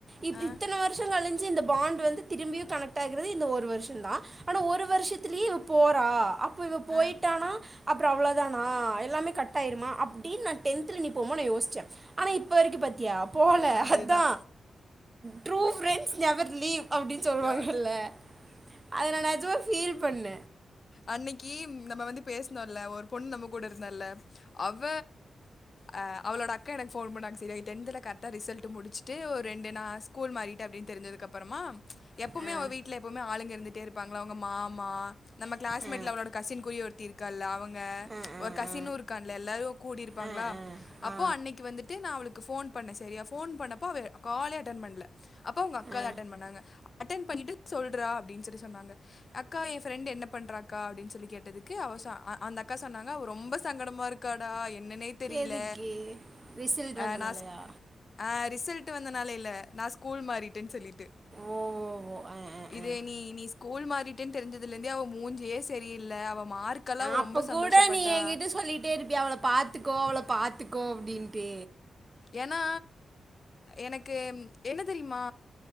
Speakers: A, on the right; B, on the left.
A: இத்
B: அ
A: இத்தனை வருஷம் கழிசு இந்த பாண்ட் வந்து திரும்பியும் கனெக்ட் ஆகிறது இந்த ஒரு வருஷம் தான் ஆனா ஒரு வருஷத்திலயே இவ போற அப் அப்ப இவ போயிட்டானா
B: அ
A: அப்ற அவ்ளோதானா எல்லாமே கட்டாயிறுமா அப்டின் நான் டென்த்தல நீ பொம்மன யோஸ்ச்ச ஆனா இப்ப வரைக்கு பத் தியா போல
B: அதுதான்
A: அத்தா ட்ரூ ஃபிரண்ட்ஸ் நெவர் லீவ் அப்டின் சொல்வாங்கல்ல
B: யா
A: அத நான் நெஜமா ஃபீல் பண்ண
B: அன்னைக்கி ம் நம்ம வந்து பேஸ்னோல்ல ஒரு பொண்ணு நம்ம கூட இருந்தல்ல அவ அ அவளோட அக்கா எனக்கு ஃபோன் பண்ணாங்க சரிய டென்த்தல கர்ட்டா ரிசல்ட்டு முடிச்சுட்டு ஒரு ரெண்டு நா ஸ்கூல் மாறிட்ட அப்டின் தெரிஞ்சதுக்கா அப்பறமா எப்பவுமே
A: ஆ
B: அவ வீட்ல எப்பவுமே ஆளுங்க இருந்துட்டே இருப்பாங்ளா அவுங்க மாமா நம்ம கிளாஸ்மெட்ல
A: ஆ
B: அவளோட கசின் கூரியோ ஒருத்தி இருக்கால்ல அவங் ங்க
A: ஆ ஆ
B: ஒரு கசின்னு இருக்கான்ல்ல எல்லாரு கூடி இருப்பாங்ளா
A: ஆ
B: அப்போ
A: ஆ ஆ
B: அன்னைக்கு வந்துட்டு நா அவளுக்கு போன் பண்ண சரியா போன் பண்ணப்ப அவ காலே அட்டன் பண்ல அப்போ அவுங்க அக்காத
A: ஆ
B: அட்டன் பண்ணாங்க அட்டன் பண்ணிட்டு சொல்றா அப்டின் சொல்லி சொன்னாங்க அக்கா எ ஃபிரண்ட்டு என்னப் பண்றாக்கா அப்டின் சொல்லி கேட்டதுக்கு அவ சொ அ அந்த அக்கா சொன்னாங்க ரொம்ப சங்கடமா இருக்காடா எ என்னனே தெரில
A: எதுக்கு ரிசல்ட் வந்தனாலயா
B: அ நாஸ் அ ரிசல்ட் ட்டு வந்தனால இல்ல நா ஸ்கூல் மாறிட்டன் சொல்லிட்டு
A: ஓ ஓ ஓ ஆ ஆ
B: இதே
A: ஆ
B: நீ நீ ஸ்கூல் மாறிட்டன் தெரிஞ்சதுலந்தே அவ மூஞ்சியே சரியில்ல அவ
A: அப்ப
B: ரொம்ப சந்தோஷப்பட்டா
A: கூட நீ எங்கிட்ட சொல்லிட்டே இருப்பியா அவள பாத்துக்கோ அவள பாத் த்துக்கோ அப்டின்ட்டு
B: ஏனா எனக்கு என்ன தெரியுமா